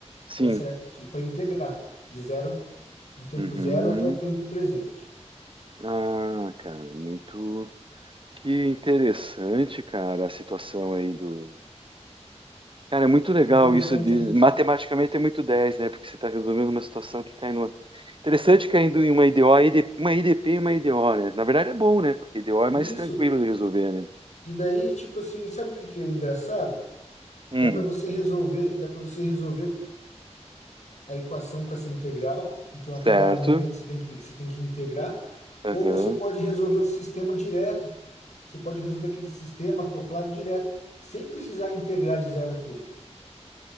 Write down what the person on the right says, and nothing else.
Sim.
Uhum.
Ah, cara, muito. Que interessante, cara, a situação aí do. Cara, é muito legal
isso de.
Matematicamente é muito dez né? Porque você está resolvendo uma situação que cai numa. Interessante caindo em uma IDO, ID uma IDP e uma IDO, né? Na verdade é bom, né? Porque IDO é
mais tranquilo de resolver, né?
Hum,
certo.
Aham.